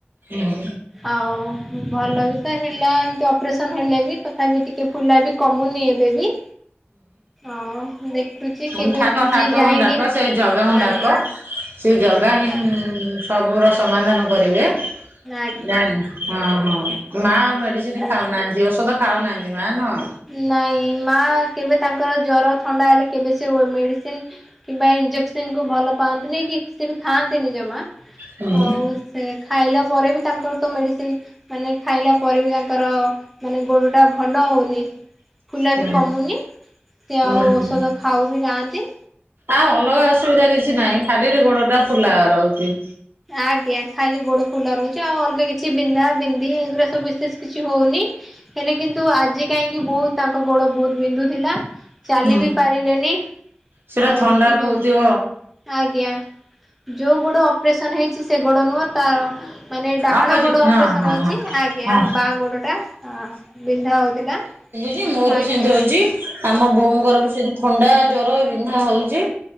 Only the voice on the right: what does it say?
ହୁଁ।
ହୁଁ
ଠାକ ଠାକୁର
ଙ୍କୁ ଡାକ ସେଇ ଜଗା ଙ୍କୁ
ଡାକ। ସେ ଜଗା ହିଁମ୍
ସବୁର ସମାଧାନ କରିବେ,
ଜାଣିନି ହଁ, ହଁ। ମା ଆଉ ମେଡିସିନ
ଖାଉନାହାନ୍ତି ଔଷଧ ଖାଉନାହାନ୍ତି ମା ନୁହ।
ହୁଁ
ହୁଁ
ହୁଁ।
ଆଉ ଅଲଗା ଅସୁବିଧା କିଛି ନାହିଁ ଖାଲିରେ ଗୋଡ଼ ଟା ଫୁଲା ରହୁଛି।
ହୁଁ
ସେଟା
ଥଣ୍ଡାରୁ
ହଉଥିବ
ଅପୋଜିଟ
ହଁ
ହଁ
ହଁ।
ହଁ
ଇ ମୋର
ବି ସେମିତି ହଉଛି ଆମ ବୋଉଙ୍କର ବି ସେମିତି ଥଣ୍ଡା, ଜର, ବିନ୍ଧା ହୋଉଛି।